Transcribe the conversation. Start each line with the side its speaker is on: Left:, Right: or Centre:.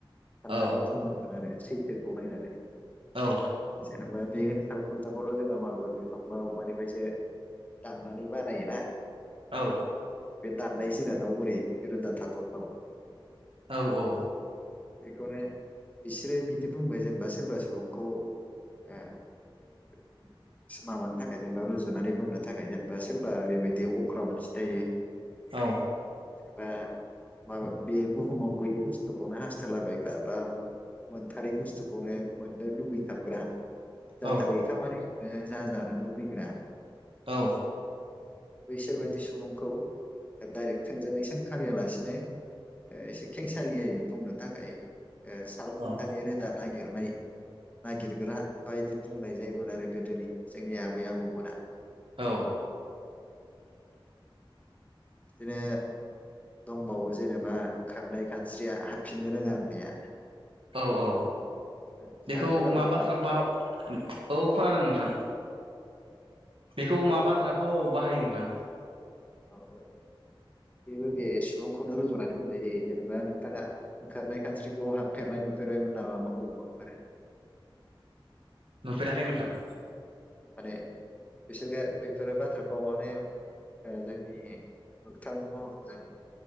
Left: साननानै
Right: औ
Left: बुङोमोन आरो सैथोखौ नायनानै।
Right: औ।
Left: जेनेबा बे साल खुन्थाखौथ' जोंहा माबेबा बिफां बा औवानिफायसो दाननानै बानायोना?
Right: औ
Left: बे दाननाय जिरादाव बोरै रोदा थाथाव- थाव?
Right: औ औ।
Left: बेखौनो बिसोरो बिदि बुंबाय जेनेबा सोरबा सुबुंखौ ओ <unintelligible> माबानि थाखाय जेनेबा रुजुनानै बुंनो थाखाय जेनेबा सोरबा ओरैबायदि अख्रा मानसि थायो।
Right: औ।
Left: बा माबा बे बुहुमाव गैयै बुस्थुखौनो हास्थायला बनायग्रा बा मोनथारै बुस्थुखौनो मोननो लुुबैथाब <unintelligible> जाथारै
Right: औ
Left: खामानिखौनो जाजानो लुुगैग्रा।
Right: औ।
Left: बैसोरबायदि सुबुंखौ डाइरेक्ट थोंजोङै सोंखारियालासिनो ओ एसे खेंसालियै बुंनो थाखाय ओ साल खुन्थानि
Right: औ
Left: रोदा नागिरनाय नागिरग्रा बायदि बुंनाय जायोमोन आरो गोदोनि जोंनि आबै आबौमोना।
Right: औ।
Left: बिदिनो दंबावो जेनेबा ओंखारनाय खानस्रिया हाबफिननो रोङा होननाया।
Right: औ औ।
Left: नोंथाङा
Right: बेखौ
Left: खोनाबाय
Right: मा
Left: मोना
Right: बाथ्रा बाव औ खोनादों नोंथां। बेखौ मा बाथ्रा पावआव बाहायो नोंथां?
Left: अ ओ बेबो बे सुबुंखौनो रुजुनानै बुंनाय जायो जेनेबा नोंथाङा ओंखारनाय खानस्रिखौ हाबफेरनाय नुफेरबायमोन नामा औबाफोर
Right: नुफेराखै नोंथां?
Left: माने बिसोरखो बेफोरो बाथ्राफावा माने ओ जोंनि मोगथां महरजो